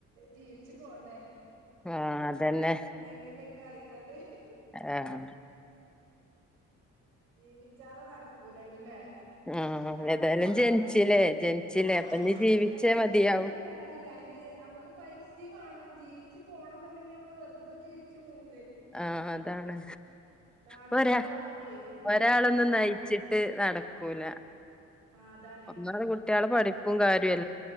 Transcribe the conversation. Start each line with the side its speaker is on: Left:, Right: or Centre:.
Right: ജീവിച്ചു പോണ്ടേ
Centre: ആഹ് അതന്നെ
Right: എന്തെങ്കിലും കഴിഞ്ഞണ്ട്
Centre: ആഹ്
Right: ജീവിച്ചാതെ നടക്കൂലല്ലോല്ലേ
Centre: ആഹ്
Right: പണം
Centre: ഏതായാലും
Right: വേണംമ്മക്ക്
Centre: ജനിച്ചില്ലേ ജനിച്ചില്ലേ
Right: ആഹ്
Centre: അപ്പൊ ഇനി ജീവിച്ചേ
Right: ജനിച്ചിട്ടും
Centre: മതിയാവും
Right: കാര്യല്ല അതിന് നമ്മക്ക് പൈസ <unintelligible> വേണം ജീവിച്ചു പോകണം എന്നുണ്ടെങ്കിൽ നമ്മൾ വെറുതെ ജീവിച്ച് പോകു
Centre: ആഹ് അതാണ്
Right: നാട്ടിലൊക്കെ
Centre: പോരാ
Right: ആവുമ്പളേ ഒന്നും
Centre: ഒരാളൊന്നും
Right: ഉണ്ടാവും
Centre: നയിച്ചിട്ട് നടക്കൂല
Right: ആഹ് അതാണേ
Centre: ഒന്നാള് കുട്ടികള് പഠിപ്പും കാര്യഎ